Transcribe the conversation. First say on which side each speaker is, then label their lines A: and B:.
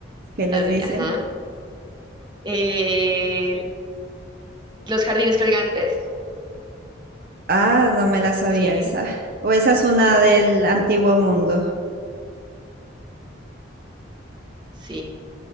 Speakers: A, on the right (about 50°); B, on the right (about 25°).
A: ¿qué
B: La
A: les
B: vi,
A: dicen?
B: ajá. Eh, los jardines colgantes.
A: Ah, no me la sabía
B: Sí,
A: esa. O esa es una del antiguo mundo.
B: sí.